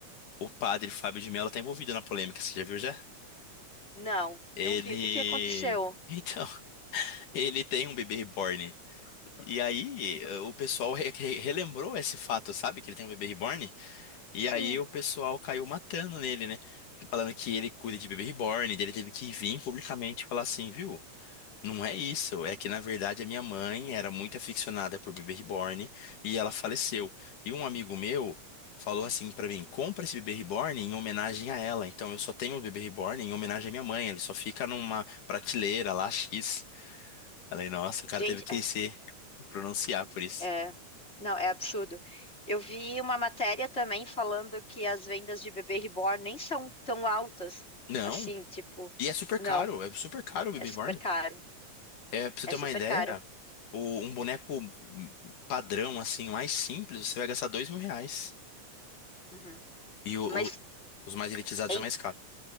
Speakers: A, on the left (about 85°); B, on the left (about 20°).
A: O padre Fábio de Mello tá envolvido na polêmica, você já viu já?
B: Não,
A: Ele.
B: não vi. O que que aconteceu?
A: Então, <laughs> ele tem um bebê reborn. E aí, eh, o pessoal re- re- relembrou esse fato, sabe? Que ele tem um bebê reborn. E
B: Sim,
A: aí, o pessoal caiu matando nele, né? Falando que ele cuida de bebê reborn. Daí Ele teve que vir publicamente e falar assim, viu? Não é isso, é que na verdade a minha mãe era muito aficionada por bebê reborn e ela faleceu. E um amigo meu falou assim pra mim: compra esse bebê reborn em homenagem a ela. Então eu só tenho o bebê reborn em homenagem à minha mãe, ele só fica numa prateleira lá X. Falei: nossa, o cara
B: gente,
A: teve que
B: é,
A: se pronunciar por isso.
B: é- não, é absurdo. Eu vi uma matéria também falando que as vendas de bebê reborn nem são tão altas
A: Não,
B: assim, tipo,
A: e é super
B: não,
A: caro, é super caro o bebê
B: é super
A: reborn.
B: caro,
A: É, pra você
B: é
A: ter
B: super
A: uma ideia,
B: caro.
A: o- um boneco padrão, assim, mais simples, você vai gastar dois mil reais.
B: Uhum.
A: E o,
B: Mas
A: Os mais elitizados
B: é,
A: é
B: im-
A: mais caro.